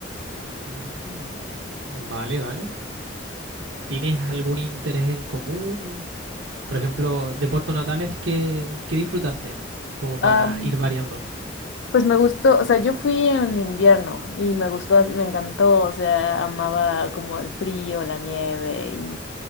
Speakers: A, on the right; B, on the left.
A: Mm, Vale, vale. ¿Tienes algún interés en común? Por ejemplo, de Puerto Natales, ¿qué, qué disfrutaste? Como para
B: Am,
A: ir variando.
B: pues me gustó, o sea, yo fui en invierno y me gustó, as- me encantó, o sea, amaba como el frío, la nieve y,